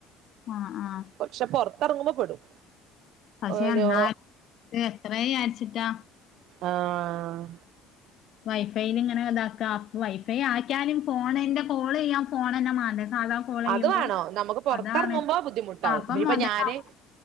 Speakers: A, on the left (about 50°); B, on the right (about 60°).
A: ആഹ് ആഹ്
B: പക്ഷെ പൊർത്തെർങ്ങുമ്പം പെടും
A: പക്ഷെ
B: ഓലോ
A: എന്നാ തേ എത്രേയാര്ച്ചിട്ടാ
B: ആഹ്
A: വൈഫൈല്ങ്ങെനെ താക്കാ വൈഫൈ ആക്ക്യാലും ഫോണ്ന്റെ കോളെയ്യാം ഫോണെന്നെ മാണ്ടേ സാധാ കോൾ ചെയ്യുമ്പോ
B: അത് വാണം നമുക്ക് പൊർത്തെർങ്ങുമ്പോ
A: അതാണ്
B: ബുദ്ധിമുട്ടാവും
A: അപ്പൊ
B: ബി ഇപ്പം
A: മുതലാവും
B: ഞാന്